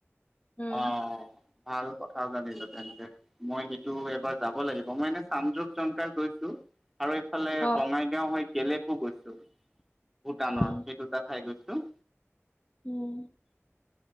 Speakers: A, on the left; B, in the centre.
A: উম
B: আহ? ভাল কথা জানিলো তেন্তে মই সেইটো এবাৰ যাব লাগিব মই এনে চামৰপ জংকাৰ গৈছো আৰু এইফালে
A: অ
B: বঙাইগাঁও হৈ গেলেপো গৈছো ভূটানৰ
A: উম
B: সেই দুটা ঠাই গৈছো
A: উম